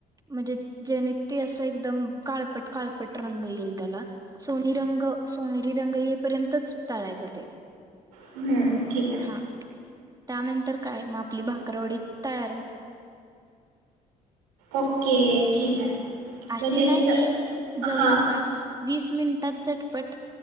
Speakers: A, on the right; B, on the right.
A: म्हणजे जेने ते असं एकदम काळपट काळपट रंग येईल त्याला सोनी रंग सोनेरी रंग येपर्यंतच तळायचं ते
B: हं. ठीक आहे.
A: हा त्यानंतर काय मग आपली भाकररवडी तयार.
B: ओके ठीक आहे.
A: अशी
B: म्हणजे
A: नाही
B: हे स
A: जवळपास
B: हां
A: वीस मिनिटांत झटपट